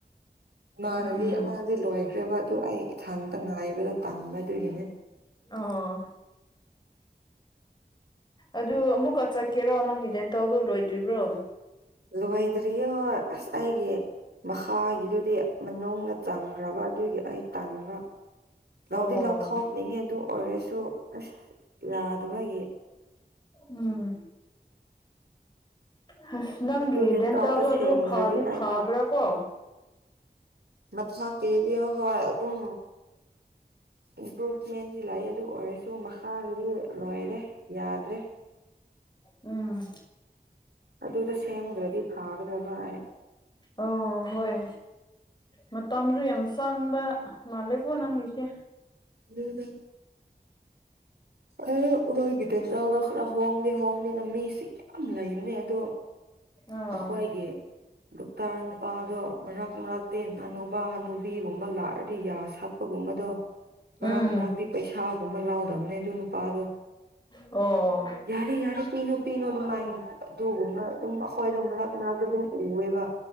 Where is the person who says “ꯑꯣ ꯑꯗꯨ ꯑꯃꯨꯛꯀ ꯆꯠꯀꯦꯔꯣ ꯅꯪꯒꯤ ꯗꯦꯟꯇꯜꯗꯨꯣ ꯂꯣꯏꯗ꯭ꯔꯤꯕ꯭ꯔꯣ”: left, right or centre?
Left